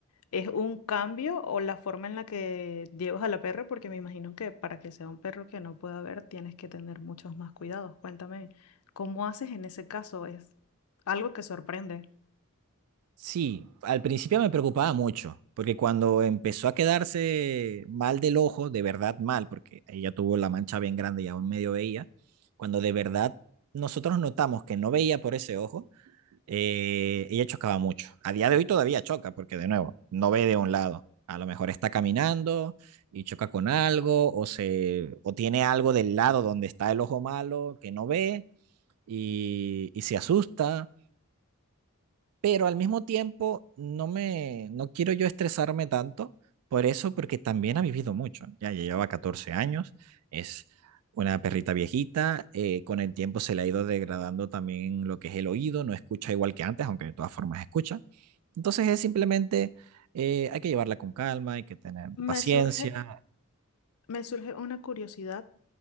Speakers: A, on the left; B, on the right.
A: es un cambio o la forma en la que llevas a la perra, porque me imagino que para que sea un perro que no pueda ver tienes que tener muchos más cuidados. Cuéntame, ¿cómo haces en ese caso? Es algo que sorprende.
B: Sí, al principio me preocupaba mucho, porque cuando empezó a quedarse mal del ojo, de verdad mal, porque ella tuvo la mancha bien grande y aún medio veía, cuando de verdad nosotros notamos que no veía por ese ojo, eh, ella chocaba mucho. A día de hoy todavía choca, porque de nuevo, no ve de un lado. A lo mejor está caminando y choca con algo, o, se, o tiene algo del lado donde está el ojo malo que no ve, y, y se asusta, pero al mismo tiempo no me, no quiero yo estresarme tanto por eso, porque también ha vivido mucho, ya llevaba 14 años, es una perrita viejita, eh, con el tiempo se le ha ido degradando también lo que es el oído, no escucha igual que antes, aunque de todas formas escucha. Entonces es simplemente, eh, hay que llevarla con calma, hay que tener paciencia.
A: Me surge me surge una curiosidad